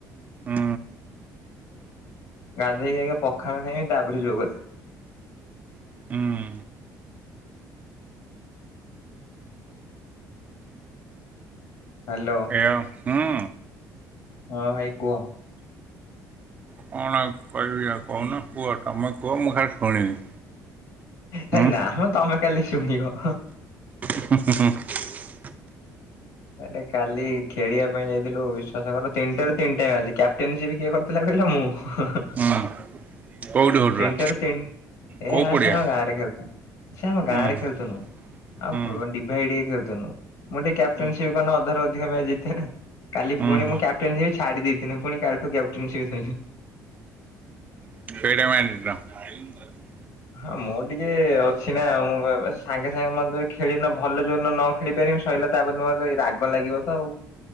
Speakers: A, on the right (about 25°); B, on the left (about 70°).
A: ହୁଁ
B: ଗାଧେଇକି ଆଗେ ପଖାଣ ଖାଇବି ତାପରେ ଯୋଉ କଥା।
A: ହୁଁ
B: ହାଲୋ।
A: ଏଅ ହୁଁ।
B: ହଁ ଭାଇ କୁହ?
A: କଣ ଆଉ କହିବି ଆଉ କହୁନ କୁହ ତମେ କୁହ ମୁଁ ଖାଲି ଶୁଣିବି।
B: ହେ
A: ହୁଁ
B: ନା ମ ତମେ କାଲି ଶୁଣିବ।
A: ହୁଁ ହୁଁ ହୁଁ
B: ଏ କାଲି ଖେଳିବା ପାଇଁ ଯାଇଥିଲୁ ବିଶ୍ଵାସ କର ତିନିଟା ର ତିନିଟାଇଜି କ୍ୟାପ୍ଟେନସି ବି କିଏ କହନି <unintelligible>
A: ହୁଁ କେଉଁଠି ହେଉଥିଲା
B: ତିନିଟାରୁ ତିନ
A: କେଉଁ
B: ଏ ଆମେ
A: ପଡ଼ିଆ
B: ସବୁ ଗାଁରେ ଖେଳୁଛୁ। ସେ ଆମ ଗାଁରେ
A: ହୁଁ ହୁଁ
B: ଖେଳଥୁନୁ। ଆଉ
A: ହୁଁ
B: ଡିଭାଇଡ୍ ଖେଳୁଥିଲୁ। ମୁଁ ଟିକେ <unintelligible>
A: ହୁଁ
B: ଅଧା ରୁ ଅଧିକ ମ୍ୟାଚ୍ ଜିତେ ନାଁ କାଲି
A: ହୁଁ
B: ପୁଣି
A: ହୁଁ
B: ମୁଁ
A: ହୁଁ
B: କ୍ୟାପଟେନସିପ୍ ଛାଡି ଦେଇଥିଲିନି। ପୁଣି କାଲିଠୁ କ୍ୟାପଟେନସିପ୍
A: <unintelligible> <inaudible>
B: <inaudible> ହଁ ମୁଁ ଟିକେ ଅଛି ନା ସାଙ୍ଗେ ସାଙ୍ଗେ ମ ଖେଳିନ ଭଲ ଯୋଉନ ନ ଖେଳି ପାରିବି ଶୋଇଲା ତାପରେ ତମର ଏଇ ରାଗ ଲାଗିବ ତ ଆଉ